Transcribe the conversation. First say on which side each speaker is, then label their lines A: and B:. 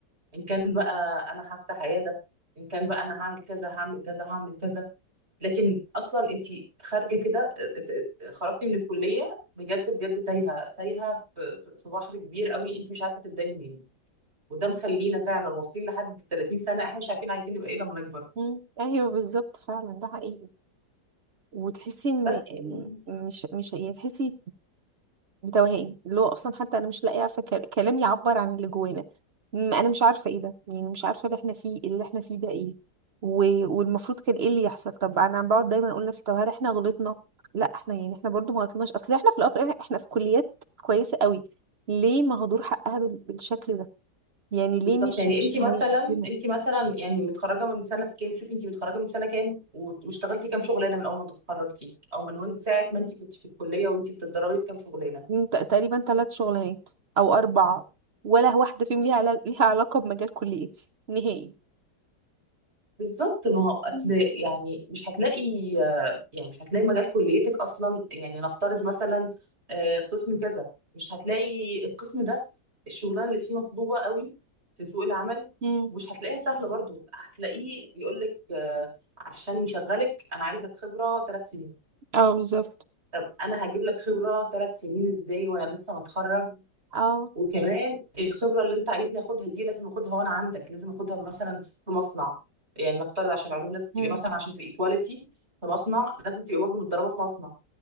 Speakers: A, on the right (about 35°); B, on the right (about 55°).
A: ان كان بقى انا هفتح عياده ان كان بقى انا هعمل كذا هعمل كذا هعمل كذا لكن اصلا انت خارجه كده ات- ات- خرجتي من الكليه بجد بجد تايهه تايهه في في بحر كبير قوي انت مش عارفه تبداي منين وده مخلينا فعلا واصلين لحد 30 سنه احنا مش عارفين عايزين نبقى ايه لما نكبر
B: مم. ايوه بالظبط فعلا ده حقيقي وتحسي ان
A: بس
B: إن
A: يعني
B: مش مش يعني تحسي بتوهان اللي هو اصلا حتى انا مش لاقيه عارفه كل- كلام يعبر عن اللي جوانا م- انا مش عارفه ايه ده يعني مش عارفه اللي احنا فيه اللي احنا فيه ده ايه و... والمفروض كان ايه اللي يحصل طب انا عم بقعد دايما اقول لنفسي طب هل احنا غلطنا لا احنا يعني احنا برضو ما غلطناش اصل احنا في الاول وفي الآخر احنا في كليات كويسه قوي ليه مهدور حقها بال... بالشكل ده يعني
A: بالظبط
B: ليه مش
A: يعني انت
B: مش
A: مثلا
B: معايا هنا؟
A: انت مثلا يعني متخرجه من سنه كام شوفي انت متخرجه من سنه كام و- واشتغلتي كام شغلانه من اول ما اتخرجتي او من وين- ساعه ما انت كنت في الكليه وانت بتتدربي في كام شغلانه
B: م- ت- تقريبا ثلاث شغلانات او اربعه ولا واحده فيهم ليها علاقه ليها علاقه بمجال كليتي نهائي
A: بالظبط ما هو اصل
B: مم.
A: يعني مش هتلاقي يعني مش هتلاقي مجال كليتك اصلا يعني نفترض مثلا آه، قسم كذا مش هتلاقي القسم ده الشغلانه اللي فيه مطلوبه قوي في سوق العمل
B: مم.
A: مش هتلاقيها سهله برضو هتلاقيه يقول لك آه، عشان يشغلك انا عايزك خبره ثلاث سنين
B: اه بالظبط
A: طب انا هجيب لك خبره ثلاث سنين ازاي وانا لسه متخرج
B: اه
A: وكمان الخبرة اللي انت عايزني اخدها دي لازم اخدها وانا عندك لازم اخدها مثلا في مصنع يعني نفترض عشان علوم لازم تبقي
B: مم.
A: مثلا عشان تبقي كواليتي في مصنع لازم تبقي برضه متدربة في مصنع